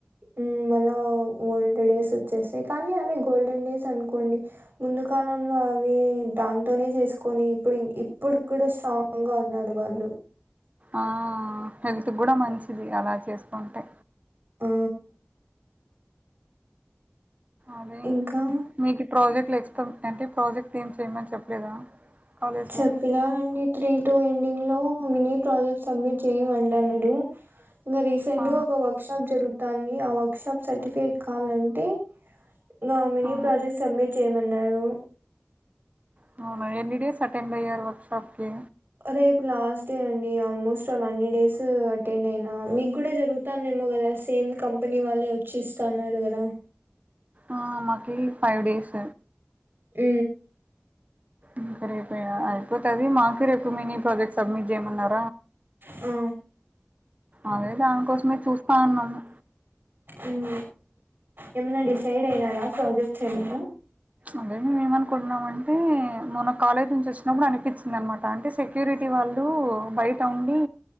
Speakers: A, on the right; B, on the right.
A: ఉ మల వోల్డ్ డేస్ వచ్చేసాయి కానీ అవి గోల్డన్ డేస్ అనుకొండి కోండి ముందు కాలంలో అవి దాంతోనే చేసుకొని ఇప్పుడు ఇప్పుడు కూడా స్ట్రాంగ్ గా ఉన్నారు వాళ్ళు
B: ఆ హెల్త్కు కూడా మంచిది అలా చేసుకుంటే
A: ఆ
B: అదే
A: ఇంకా
B: మీకు ఈ ప్రాజెక్ట్లు ఎక్స్ అంటే ప్రాజెక్ట్ ఏమ్ చేయమని చెప్పలేదా కాలేజ్లో
A: చెప్పినారండి త్రీ టు ఎండింగ్ లొ లో మినీ ప్రాజెక్ట్ సబ్మిట్ చేయమంటన్నారు ఇంకా రీసెంట్
B: ఆ
A: గా ఒక వర్క్ షాప్ జరుగుతాంది ఆ వర్క్ షాప్ సర్టిఫికెట్ కావాలంటే ఇంక మిని
B: ఆ
A: ప్రాజెక్ట్ సబ్మిట్ చేయమన్నారు
B: అ అటెండయారా వర్కుషాపు కి
A: రేపు లాస్ట్ డే అండి ఆల్మోస్ట్ ఆల్ అన్ని డేస్ అటెండ్ అయినా మీకు కూడా జరుగుతానయా కదా సేమ్ కంపెనీ వాళ్ళే వచ్చిఇస్తా నార్ కదా
B: ఆ మాకి ఫైవ్ డేస్
A: అ
B: ఇంక రేపు అయిపోతది మాకు రేపు మినీ ప్రాజెక్ట్ సబ్మిట్ చేయమన్నారు
A: ఆ
B: అదే దానికోసమే చూస్తాన్నాము
A: ఉమ్ ఏమన్నా డిసైడ్ అయినారా ప్రాజెక్ట్స్ ఏమన్నా
B: అదే మేము ఏమనుకుంటున్నాం అంటే మొన కాలేజ్ నుంచి వచ్చినప్పుడు అనిపించింది అనమాట అంటే సెక్యూరిటీ వాళ్ళు బయట ఉండి